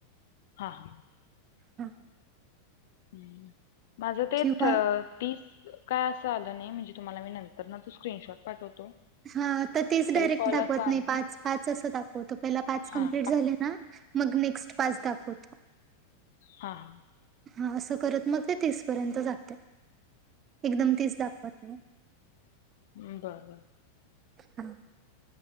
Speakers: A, on the left; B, on the right.
A: हा हा
B: हा
A: ह् माझं ते
B: किंवा
A: तीच काय असं आलं नाही म्हणजे तुम्हाला मी नंतर ना तो स्क्रीनशॉट पाठवतो.
B: हा तर तेच डायरेक्ट
A: कॉल
B: दाखवत
A: असं
B: नाही
A: आलं
B: पाच पाच असं दाखवतो. पाच कंप्लीट
A: हां,
B: झाले ना मग नेक्स्ट पाच दाखवत.
A: हा हा
B: हा असं करत मग ते तीस पर्यंत जात एकदम तीस दाखवत नाही.
A: ह्म बर बर
B: हा